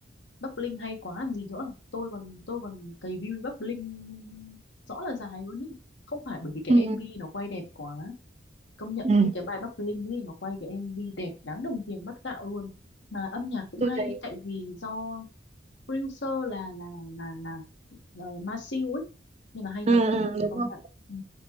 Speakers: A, on the left; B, on the right.
A: Bắc Linh hay quá làm gì nữa tôi còn tôi còn cày view Bắc Linh rõ là dài luôn ý không phải bởi vì cái
B: Ừ,
A: MV nó quay đẹp quá công nhận
B: ừ
A: luôn ý cái bài Bắc Linh ấy nó quay cái MV đẹp đáng đồng tiền bát gạo luôn mà âm nhạc cũng
B: tôi
A: hay
B: thấy
A: tại vì do producer là là là là, là, Masew ấy nên là hay
B: ừ
A: thật
B: ừ, đúng
A: công
B: rồi.
A: nhận ừ.